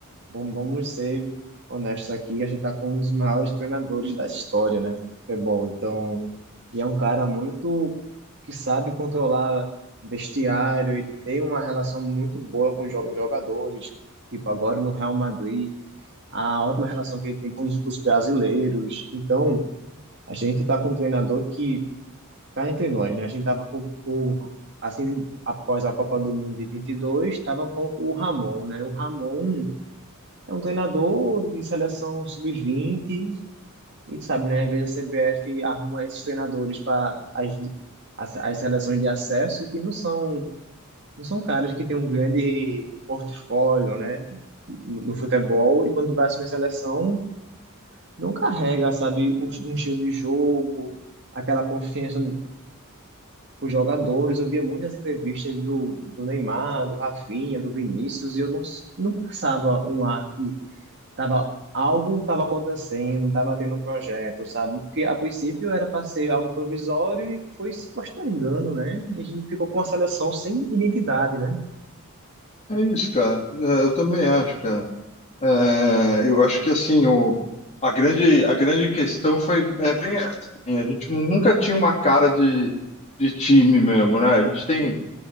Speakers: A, on the right; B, on the left.
A: Bom, vamos ser honestos aqui, a gente está com um dos maiores treinadores da história, né, do futebol. Então, e é um cara muito que sabe controlar vestiário, ele tem uma relação muito boa com os jo- os jogadores, tipo agora no Real Madrid, a ótima relação que ele tem com os, os brasileiros. Então, a gente está com um treinador que, cá entre nós, né, a gente estava com o, assim, após a Copa do Mundo de 22 estava com o Ramon, né, o Ramon é um treinador de seleção sub-20, e tu sabe, né? Às vezes a CBF arruma esses treinadores para as, as, as seleções de acesso que não são, não são caras que têm um grande portfólio, né? No, no futebol, e quando vai assumir a seleção, não carrega, sabe, um, um estilo de jogo, aquela confiança com os jogadores, eu via muitas entrevistas do, do Neymar, do Rafinha, do Vinícius, e eu não, não passava um ar Tava, algo estava acontecendo, estava tendo um projeto, sabe? Porque a princípio era para ser algo provisório e foi se postergando, né? E a gente ficou com a seleção sem identidade, né?
B: É isso, cara. É, eu também acho, cara. É, eu acho que assim o, a grande a grande questão foi é bem essa. assim, a gente nunca tinha uma cara de, de time mesmo, né? A gente tem